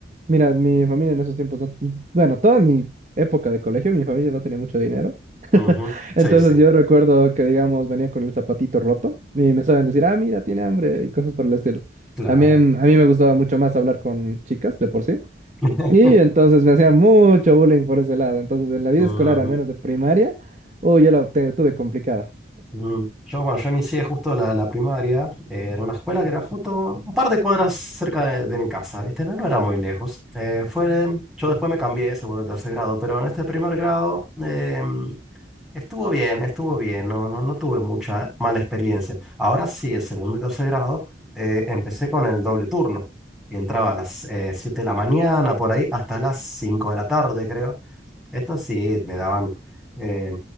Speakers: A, on the right; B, in the centre.
A: mira, mi familia en esos tiempos, no... bueno, toda mi época de colegio, mi familia no tenía mucho dinero.
B: Ujú.
A: Entonces
B: Sí, sí,
A: yo recuerdo que, digamos, venía con el zapatito roto y me saben decir, ah, mira, tiene hambre y cosas por el estilo.
B: claro.
A: También a mí me gustaba mucho más hablar con chicas de por sí.
B: <laughs>
A: Y entonces me hacían mucho bullying por ese lado. Entonces, en la vida
B: Ujú.
A: escolar, al menos de primaria, uh, yo la te- tuve complicada.
B: Mm. Yo, bueno, yo inicié justo la, la primaria eh, en una escuela que era justo un par de cuadras cerca de, de mi casa, ¿viste? No, no era muy lejos. Eh, fue, yo después me cambié de segundo a tercer grado, pero en este primer grado em, estuvo bien, estuvo bien, no, no, no tuve mucha mala experiencia. Ahora sí, el segundo y tercer grado eh, empecé con el doble turno y entraba a las eh, 7 de la mañana, por ahí, hasta las 5 de la tarde, creo. Esto sí, me daban... eh,